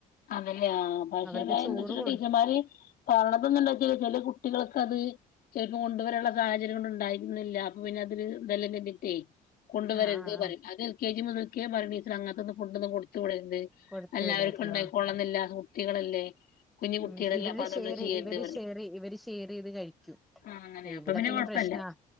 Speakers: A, on the left; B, in the centre.
A: അതല്ലേ ആഹ് പക്ഷെ
B: അവർക്ക്
A: അതാ
B: ചോറ്
A: എന്താ വെച്ചിട്ട
B: കൊടു
A: ടീച്ചർമാര് പറയണതൊന്ന് വച്ച ചില കുട്ടികൾക്ക അത് ചെലപ്പം കൊണ്ടുവരാനുള്ള സാഹചര്യം കൊണ്ട് ഉണ്ടായിരുന്നില്ല അപ്പൊ പിന്നെ അതൊരു ലിമിറ്റ് കൊണ്ടുവരരുത്
B: ആഹ് ആഹ്
A: പറയും
B: ആഹ്
A: അത് എൽ കെ ജി മുതൽക്കേ പറയും ടീച്ചർ അങ്ങനത്തൊന്ന് ഫുഡ് ഒന്നും കൊടുത്തു വിട രുത്
B: കൊടുത്ത്
A: എല്ലാവർക്കും
B: വിടായിരുന്നു
A: ഉണ്ടാ
B: ആഹ്
A: ല്ല കുട്ടികളല്ലേ
B: ഉം
A: കുട്ടികളല്ലേ
B: ഇവര്
A: അപ്പൊ അതുകൊണ്ട്
B: ഷെയർ
A: ചെയ്യരുത്
B: ഇവര്
A: പറയും
B: ഷെയർ ഇവര് ഷെയർ ചെയ്ത് കഴിക്കൂ
A: ആ അങ്ങനെ അപ്പൊ
B: ഇവിടെ പിന്നെ
A: കൊഴപ്പല്ല
B: പ്രശ്ന ആഹ്